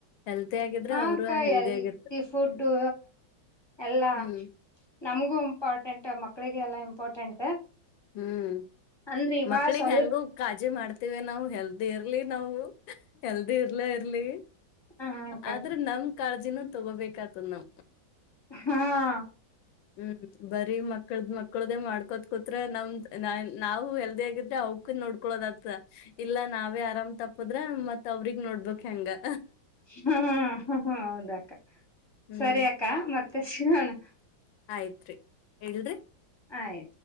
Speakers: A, on the left; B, on the left.
A: ಹೆಲ್ತಿ ಆಗಿದ್ರೆ
B: ಹ್ಮ್ಮ್
A: ಅವರು
B: ಅಕ್ಕಾ ಹೀಅಲ್ಥ್ಯ್
A: ಹೆಲ್ದಿ ಆಗಿರ್ತ
B: ಪುಂಡು ಎಲ್ಲಾ.
A: ಹ್ಮ್
B: ನಮಗೂ ಇಂಪಾರ್ಟೆಂಟ್ ಮಕ್ಕಳಿ ಗೆ ಅಲ್ಲ ಇಂಪಾರ್ಟೆಂಟ್.
A: ಹ್ಮ್ಮ್
B: ಅಂದ್ರೆ ಇವಾಗ
A: ಮಕ್ಕಳಿಗೆ
B: ಸ್ವಲ್ಪ
A: ಎಂಗೊ ಕಾಜು ಮಾಡ್. ಟಿವಿ ನಾವು ಹೇಳದಿ ಇರ್ಲಿ ನಾವು. ಹೆಲ್ತ್ ಎರದೇ ಇರ್ಲಿ.
B: ಹ ಅಕ್ಕ
A: ಆದ್ರು ನಮ್. ಕಾಳ್ಜಿನು ತಗೋಬೇಕ್ ಅತುನು
B: ಹ್ಮ್ಮ್ಹಾ
A: ಹ್ಮ್ಮ ಬಾರಿ ಮಕ್ಕಳ್ದ್ ಮಕ್ಕಳ್ದ್ದೇ ಮಾಡು ಗೊತ್ ಗೊತ್ ಪ್ರಾ ನಂ ನನ್ ನಾವು ಹೆಲ್ತಿ ಅಗ್ ಇದ್ದ್ ಅವ್ಕೂ ನೋಡ್ಕೊಳ್ಲಡ್ ಅಥ ಇಲ್ಲ ನಾವೇ ಅರಮ್ ತಪ್ ಹೋದ್ರ ಮಾತ್ ಅವರಿಗ್ ನೋಡ್ಬಿಕ್ ಹೆಂಗಾ
B: ಹೂಮ್ ಹುಹ್ ಹೌದ್ ಅಕ್ಕ
A: ಹ್ಮ್
B: ಸರಿ ಅಕ್ಕ ಮಾತ್ ತೇಶು ಹ್ಮ್ಮ್
A: ಆಯ್ತ್ರಿ ಏನ್ರೀ
B: ಅಯ್